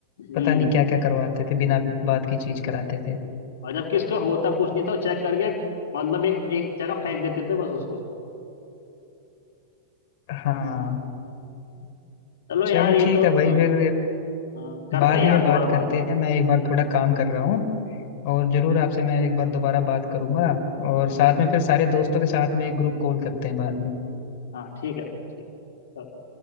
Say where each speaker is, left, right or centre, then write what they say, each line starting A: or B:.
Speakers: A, on the left (about 75°); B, on the left (about 55°).
A: हम्म
B: पता नहीं क्या क्या करवाते थे बिना बात की चीज कराते थे
A: और जबकि उसका होता कुछ नहीं था चेक करके मतलब एक एक जगह फेंक देते थे बस उसको
B: हाँ
A: हाँ। चलो
B: चलो
A: यार ये
B: ठीक
A: तो
B: है भाई
A: हाँ,
B: फिर
A: हाँ, करते
B: बाद
A: हैं यार
B: में
A: दोबारा
B: बात
A: बात
B: करते हैं मैं एक बार थोड़ा काम कर रहा हूँ और जरूर आपसे मैं एक बार दोबारा बात करूंगा और साथ
A: हम्म,
B: में फिर सारे दोस्तों के साथ में एक ग्रुप कॉल करते हैं बाद में
A: हाँ ठीक है भाई ठीक है चलो।